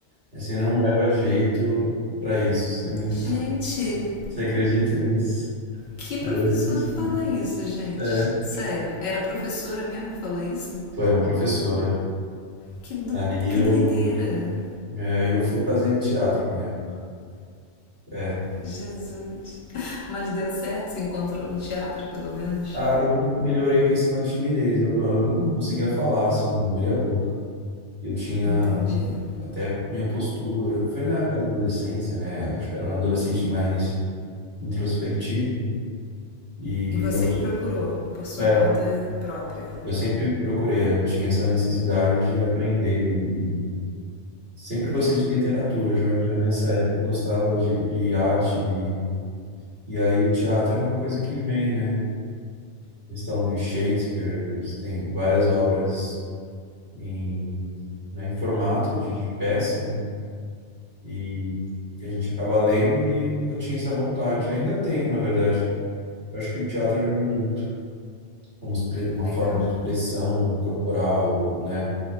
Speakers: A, on the right; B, on the left.
A: mas você não leva jeito pra isso. Você é muito,
B: Gente,
A: <laughs> você acredita nisso?
B: que professor
A: Aí eu desisti.
B: que fala isso, gente?
A: É,
B: Sério, era a professora mesmo que falou isso?
A: foi uma professora.
B: Que, do,
A: Aí eu,
B: que doideira!
A: é, eu fui fazer teatro na época. É.
B: Jesus! Mas deu certo, se encontrou no teatro, pelo menos.
A: Ah, eu melhorei a questão da timidez. Eu, eu eu não conseguia falar, assim, não abria a boca. E eu tinha
B: Entendi.
A: até minha postura. Foi na época da adolescência, né? Acho que era um adolescente mais introspectivo. E
B: E você
A: eu, acho
B: que
A: que-
B: procurou por sua
A: é,
B: conta própria.
A: eu sempre procurei, eu tinha essa necessidade de aprender. E sempre gostei de literatura, já, já nessa época eu gostava de, de arte. E, e aí o teatro é uma coisa que vem, né? Questão de Shakespeare, tem várias obras em, né, em formato de, de peça, né? e que a gente acaba lendo e eu tinha essa vontade, ainda tenho, na verdade. Eu acho que o teatro ajuda muito, como expre- uma
B: Legal.
A: forma de expressão corporal, né?